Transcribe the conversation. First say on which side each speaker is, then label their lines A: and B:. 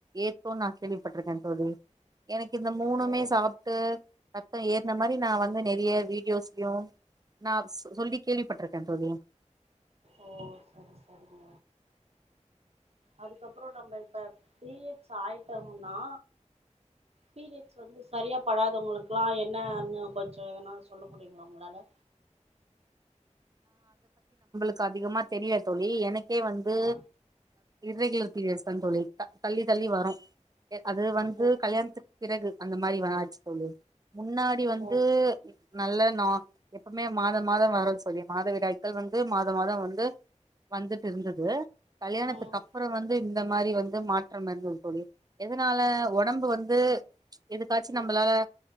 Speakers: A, on the right; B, on the right.
A: ஏத்துன்னு நா கேள்விப்பட்டிருக்கே தோழி எனக்கு இந்த மூணுமே
B: ஓ
A: சாப்ட்டு ரத்த ஏற்ன மாரி நா வந்து நிறைய வீடியோஸ் ம் நா சொல்லி கேள்விப்பட்ருக்கே தோழி
B: ஓ சரி சரிங்க அதுக்கப்புறம் நம்ம இப்ப பீரியட்ஸ் ஆயிட்டம்னா பீரியட்ஸ் வந்து சரியா படாதவங்களுக் எல்லா என்னன்னு கொஞ்ச எதனா சொல்ல முடியுங்களா உங்களால
A: எனக்கு அதிகமா தெரியாது தோழி எனக்கே வந்து
B: ஆ
A: இர்ரெகுலர் பீரியட்ஸ் தா தோழி தள்ளி தள்ளி வரும் அது வந்து
B: ஓ
A: கல்யாணத்துக்கு பிறகு அந்த மாரி ஆச்சு தோழி முன்னாடி வந்து
B: ஓ
A: நல்ல நார் எப்பவுமே மாதம் மாதம் வரு தோழி மாதவிடாய்க்கள் வந்து மாத மாத வந்து வந்துட்டு இருந்தது கல்யாணத்துக்கு
B: ம்
A: அப்புறம் வந்து இந்த மாதிரி வந்து மாற்ற இருந்தது தோழி எதனால உடம்பு வந்து எதுக்காச்சு
B: ம்
A: நம்மளால